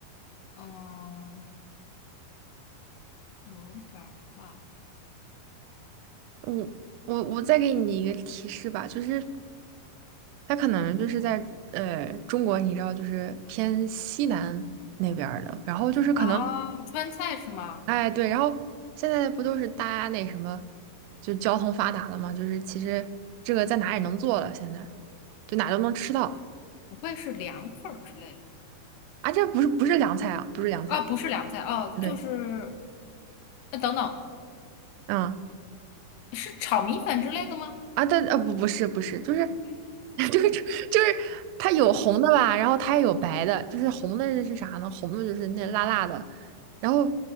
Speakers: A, on the left (about 80°); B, on the right (about 90°).
A: 嗯，有点儿辣。
B: 嗯，我我再给你一个提示吧，就是它可能就是在呃中国，你知道，就是偏西南那边儿的，然后就是可能，
A: 啊，川菜是吗？
B: 哎对，然后现在不都是大家那什么，就交通发达了嘛，就是其实这个在哪也能做了，现在就哪都能吃到
A: 不会是凉粉儿之类的？
B: 啊，这不是不是凉菜啊，不是凉菜，
A: 啊，不是凉菜，哦，
B: 对，
A: 就是，呃，等等，
B: 嗯。
A: 是炒米粉之类的吗？
B: 啊，但啊不不是不是，就是 <laughs> 就是就是它有红的吧，然后它也有白的，就是红的是啥呢？红的就是那辣辣的，然后